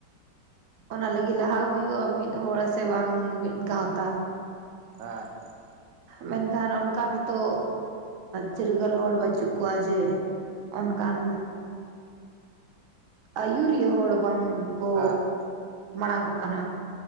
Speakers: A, on the right; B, on the right.
A: ᱚᱱᱟ ᱞᱟᱹᱜᱤᱫ ᱞᱟᱦᱟ ᱦᱩᱭᱩᱜ-ᱟ ᱢᱤᱫ ᱦᱚᱲ ᱥᱮ ᱵᱟᱝ ᱢᱤᱫ ᱜᱟᱶᱛᱟ᱾
B: ᱦᱮᱸ ᱦᱮᱸ,
A: ᱢᱮᱱᱠᱷᱟᱱ ᱚᱱᱠᱟ ᱱᱤᱛᱚᱜ ᱪᱤᱨᱜᱟᱹᱞ ᱦᱚᱲ ᱵᱟᱹᱪᱩᱜ ᱠᱚᱣᱟ ᱡᱮ ᱚᱱᱠᱟᱱ ᱟᱹᱭᱩᱨᱤᱭᱟᱹ ᱦᱚᱲ ᱵᱟᱝ ᱠᱚ
B: <unintelligible>
A: ᱢᱟᱲᱟᱝ ᱚᱜ ᱠᱟᱱᱟ,